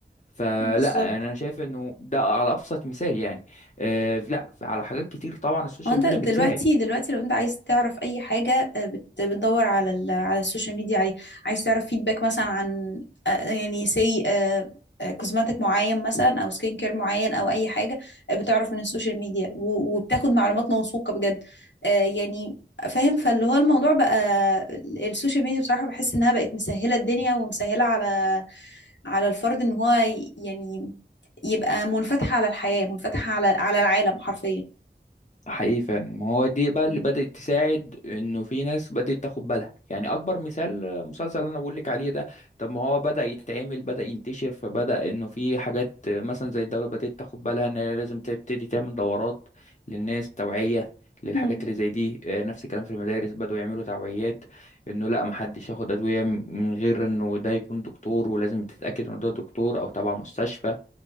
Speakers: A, on the left (about 40°); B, on the left (about 80°).
A: فلا
B: بالظبط
A: انا شايف انه ده على ابسط مثال يعني آه لا على حاجات كتير طبعا السوشيال
B: هو انت
A: ميديا
B: دلوقتي
A: بتساعد
B: دلوقتي لو انت عايز تعرف اي حاجه آه، بت- بتدور على ال- على السوشيال ميديا عليه عايز تعرف فيدباك مثلا عن آه، يعني سي كوزماتيك معين مثلا او سكين كير معين او اي حاجه آه، بتعرف من السوشيال ميديا و- وبتاخد معلومات موثوقه بجد آه، يعني فاهم فاللي هو الموضوع بقى ال- السوشيال ميديا بصراحه بحس انها بقت مسهله الدنيا ومسهله على على الفرد ان هو ي- يعني يبقى منفتح على الحياه منفتح على على العالم حرفيا
A: حقيقي فعلا ما هو دي بقى
B: مم.
A: اللي بدأت تساعد انه في ناس بدأت تاخد بالها يعني اكبر مثال آه، مسلسل اللي انا بقول لك عليه ده طب ما هو بدأ يتعمل بدأ ينتشر فبدأ انه في حاجات آه، مثلا زي الدولة بدأت تاخد بالها ان هي لازم تبتدي تعمل دورات للناس توعية للحاجات
B: مم.
A: اللي زي دي آه، نفس الكلام في المدارس بدأوا يعملوا توعيات انه لا محدش ياخد ادوية من غير انه ده يكون دكتور ولازم تتأكد انه ده دكتور او تبع مستشفى